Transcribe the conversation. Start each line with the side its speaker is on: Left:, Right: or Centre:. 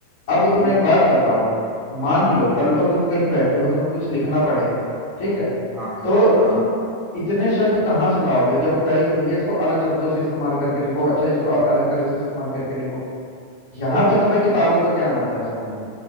Left: अब तुम्हें
Right: जी
Left: एक बात
Right: जी जी
Left: बताओ मान लो कल को तुम कहीं बैठे हो तुम्हें कुछ लिखना पड़े ठीक है
Right: हाँ हाँ
Left: तो तुम
Right: हाँ
Left: इतने शब्द कहाँ से लाओगे जब वो कहे कि भैया इसको अलग शब्दों से इस्तेमाल करके लिखो अच्छा इसको अब अलग तरह से इस्तेमाल करके लिखो यहाँ
Right: देखो
Left: पे तुम्हें किताबों
Right: वहाँ
Left: का ज्ञान आता है समझ में